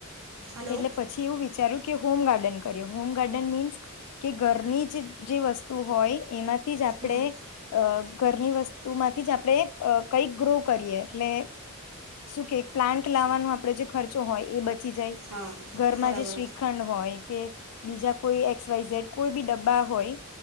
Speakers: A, on the right; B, on the left.
A: હલો
B: એટલે પછી એવું વિચાર્યું કે હોમ ગાર્ડન કરીએ હોમ ગાર્ડન મીન્સ કે ઘરની જ જે વસ્તુ હોય એમાંથી જ આપણે
A: હમ
B: ઘરની વસ્તુમાંથી જ આપણે કઈક ગ્રો કરીએ એટલે શું કે પ્લાન્ટ લાવવાનો આપણે જે ખર્ચો હોય એ બચી જાય
A: હા
B: ઘરમાં
A: બરાબર
B: જે શ્રીખંડ હોય કે બીજા કોઈ એક્સ વાઈ ઝેડ કોઈ બી ડબ્બા હોય